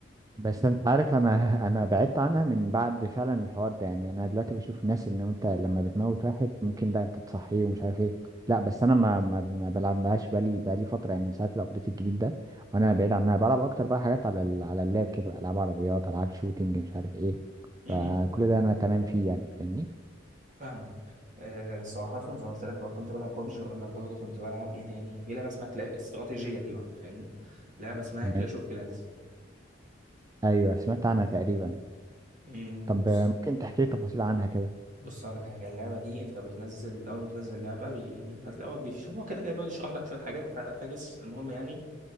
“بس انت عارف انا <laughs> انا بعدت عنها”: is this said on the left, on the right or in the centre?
Right